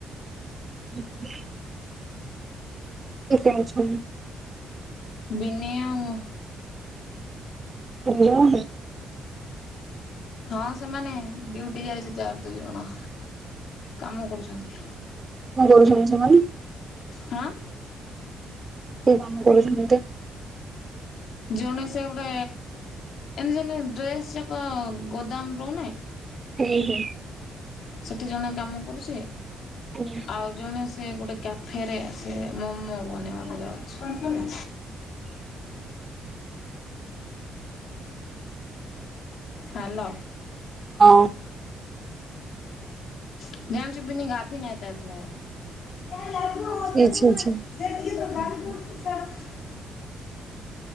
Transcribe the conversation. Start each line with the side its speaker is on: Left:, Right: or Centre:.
Right: ହଁ କେତେ ଅଛନ୍।
Left: ବିଧି ଆଉ ମୁଁ।
Right: ତିନି ଜଣ।
Left: ହଁ ସେମାନେ ଡ୍ୟଟି ଯାଇଛନ୍ତି ଆର ଦୁଇ ଜଣ କାମ କରୁଛନ୍ତି।
Right: କଣ କରୁଛନ୍ତି ସେମାନେ।
Left: ହାଁ।
Right: କୋଉ କାମ କରୁଛନ୍ତି।
Left: ଜଣେ ସେ ଗୋଟେ ଏମିତି ଯେମତି ଡ୍ରେସ୍ ଯାକ ଗୋଦାମ ରହୁ ନେହିଁ।
Right: ହୁଁ ହୁଁ।
Left: ସେଠି ଜଣେ କାମ କରୁଛି।
Right: ହୁଁ।
Left: ଆଉ ଜଣେ ସେ ଗୋଟେ କ୍ୟାଫେରେ ସେ ମୋମୋ ବନେଇବାକୁ ଯାଉଛି।
Right: ହ
Left: ହାଲୋ।
Right: କଁ।
Left: <unintelligible>
Right: ସେ ଆଛା ଆଛା।
Left: <unintelligible>